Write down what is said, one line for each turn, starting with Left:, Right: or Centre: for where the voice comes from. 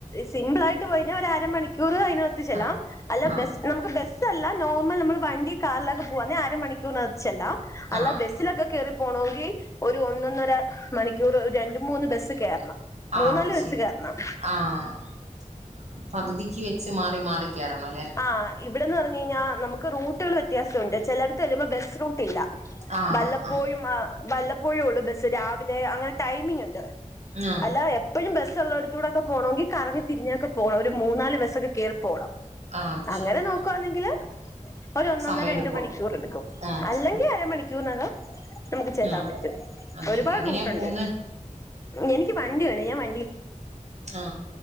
Left: സിമ്പിൾ ആയിട്ട് കഴിഞ്ഞാൽ ഒര് അരമണിക്കൂർ നകത്ത്
Right: ആഹ്
Left: അല്ല
Right: ആഹ്
Left: ബെസ് നമുക്ക് ബെസ് ല്ല നോർമൽ നമ്മൾ കാറിലൊക്കെ പോകന്ന അരമണിക്കൂനകത്ത്ചെല്ലാം. അല്ല
Right: ആഹ്
Left: ബസ്സിലൊക്കെ കേറി പോണോങ്കി ഒരു ഒന്നൊന്നര മണിക്കൂർ രണ്ട് മൂന്ന് ബസ്സ് കേറണം. മൂന്നാല്
Right: ആഹ് അത്
Left: ബസ്
Right: ശരി
Left: കേറണം.
Right: ആഹ് പകുതിക്ക് വെച്ച് മാറി മാറി കയറണം അല്ലെ
Left: ആഹ് ഇവിടെന്ന് പറഞ്ഞ് കഴിഞ്ഞാ നമു റൂട്ടുകള് വ്യത്യാസംണ്ട് ചെലടത്ത് ചല്ലുമ്പോ ബസ്റൂ ല്ല
Right: ആഹ്
Left: വല്ലപ്പോഴും
Right: ആഹ്
Left: ആ വല്ലപ്പോഴേ ഒള്ള് ബസ്സ് രാവിലെ അങ്ങനെ ടൈമിങ് ഒണ്ട്.
Right: ആഹ്
Left: അല്ല എപ്പോഴും ബസ് ഉള്ളടത്തൂടൊക്കെ പോണോങ്കി കറങ്ങി തിരിഞ്ഞൊക്കെ പോണം. ഒരു മൂന്നാല് ബസ്സൊക്കെ കേറി പോണം.
Right: ആഹ് അത്
Left: അങ്ങനെ
Right: ശരി
Left: നോക്കുവാന്നെങ്കില് ഒരു ഒന്നൊന്നര
Right: സമയം എടുക്കോ
Left: രണ്ട് മണിക്കൂർ എടുക്കും
Right: ആഹ്
Left: അല്ലെങ്കി അരമണി ക്കൂനകം നമുക്ക് ചെല്ലാൻ
Right: ആഹ്
Left: പറ്റും.
Right: അത്
Left: ഒരുപാട്
Right: ശരി എങ്ങനെയാ
Left: റൂട്ടോണ്ട്.
Right: പോവുന്നെ
Left: എനി വണ്ടി ഒണ്ട്. ഞാ വ
Right: ആ